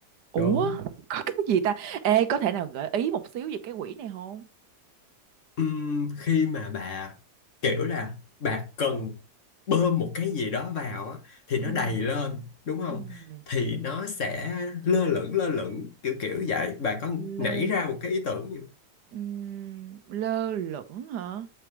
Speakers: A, on the right; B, on the left.
A: Ủa,
B: Đúng.
A: có cái gì ta? Ê, có thể nào gợi ý một xíu về cái quỷ này không?
B: Ừm, khi mà bà kiểu là bà cần bơm một cái gì đó vào á, thì nó
A: Ừm.
B: đầy lên, đúng không?
A: Ừm.
B: Thì nó sẽ lơ lửng lơ lửng kiểu kiểu vậy. Bà có nảy
A: Lơ,
B: ra một cái ý tưởng gì? không?
A: ừm, lơ lửng hả?